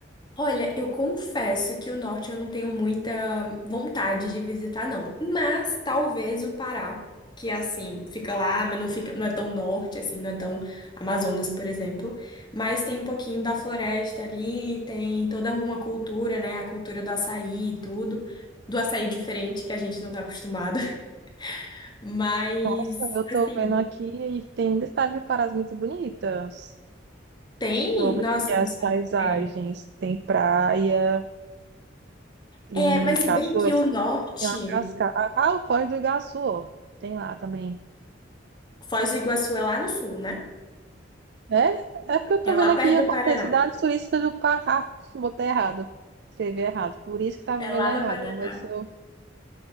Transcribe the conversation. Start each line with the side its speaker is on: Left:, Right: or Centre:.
Left: Olha, eu confesso que o norte eu não tenho muita vontade de visitar, não. Mas talvez o Pará, que é assim, fica lá, mas não fica, não é tão norte, assim, não é tão Amazonas, por exemplo. Mas tem um pouquinho da floresta ali, tem toda uma cultura, né? A cultura do açaí e tudo. Do açaí diferente, que a gente não tá acostumado. <laughs> Mas,
Right: Nossa, eu tô
Left: assim,
Right: vendo aqui e tem muita cidade de Parás muito bonitas.
Left: tem,
Right: Tô vendo
Left: nossa,
Right: aqui as
Left: eu não sabe.
Right: paisagens.
Left: É.
Right: Tem praia, tem
Left: É, mas se
Right: cachoeira,
Left: bem que o norte,
Right: tem uma cascata. Ah, o Foz do Iguaçu, ó. Tem lá também.
Left: Foz do Iguaçu é lá no sul, né?
Right: É? É porque eu tô
Left: É
Right: vendo
Left: lá
Right: aqui,
Left: perto
Right: eu
Left: do
Right: botei
Left: Paraná.
Right: cidades turísticas do Pará. Ah, botei errado. Escrevi errado. Por isso que tava
Left: É
Right: vendo
Left: lá
Right: errado.
Left: no Paraná.
Right: Vamos ver se eu,